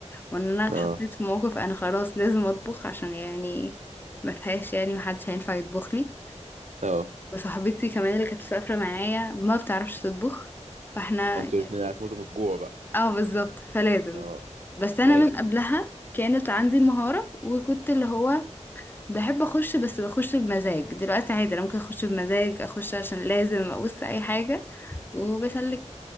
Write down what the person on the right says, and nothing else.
اه
اه
انتوا
الاتنين هتموتوا من الجوع بقى
اه
ايوه